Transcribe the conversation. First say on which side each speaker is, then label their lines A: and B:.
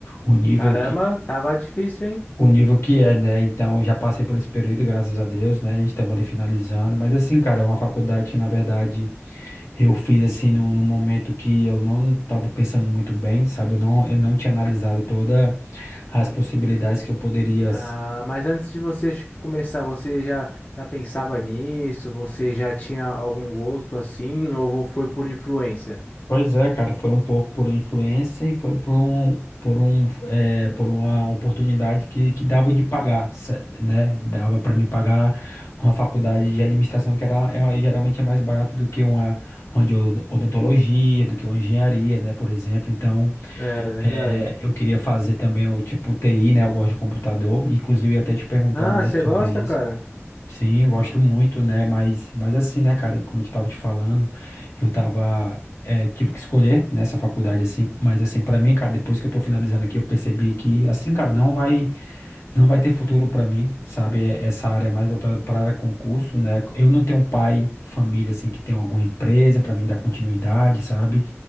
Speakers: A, on the left (about 70°); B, on the left (about 35°).
A: o nível
B: Caramba, tava difícil, hein?
A: o nível que é, né? Então, eu já passei por esse período, graças a Deus, né? Estamos ali finalizando. Mas, assim, cara, é uma faculdade que, na verdade, eu fiz, assim, num, num momento que eu não estava pensando muito bem, sabe? Eu não, eu não tinha analisado todas as possibilidades que eu poderia
B: Ah, mas antes de você, tipo, começar, você já, já pensava nisso? Você já tinha algum gosto assim? Ou vo- foi por influência?
A: Pois é, cara, foi um pouco por influência e foi por um, por um, eh, por uma oportunidade que, que dava de pagar, se- né? Dava para me pagar uma faculdade de administração que era, é, geralmente é mais barata do que uma, uma de od- odontologia, do que uma engenharia, né? Por exemplo, então
B: É verdade.
A: eh, eu queria fazer também o tipo TI, né? Eu gosto de computador, inclusive eu ia até te perguntar
B: Ah,
A: mais
B: você
A: sobre
B: gosta,
A: isso.
B: cara?
A: Sim, gosto muito, né? Mas, mas assim, né, cara, e como eu estava te falando, eu tava, eh, tive que escolher nessa faculdade, assim, mas assim, para mim, cara, depois que eu tô finalizando aqui, eu percebi que, assim, cara, não vai, não vai ter futuro para mim, sabe? É- Essa área é mais voltada para concurso, né? Eu não tenho pai, família, assim, que tem alguma empresa para mim dar continuidade, sabe?